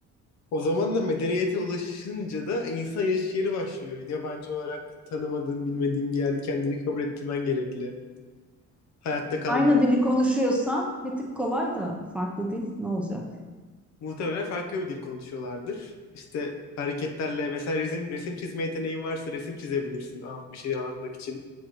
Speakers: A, on the left; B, in the centre.
A: o zaman da medeniyete ulaşınca da insan yaşayış yeri başlıyor. Yabancı olarak tanımadığın, bilmediğin bir yerde kendini kabul ettirmen gerekli. Hayatta kalmak.
B: Aynı dili konuşuyorsan bir tık kolay da farklı dil ne olacak?
A: Muhtemelen farklı bir dil konuşuyorlardır. İşte hareketlerle mesela resim, resim çizme yeteneğin varsa resim çizebilirsin anlat, bir şeyleri anlatmak için.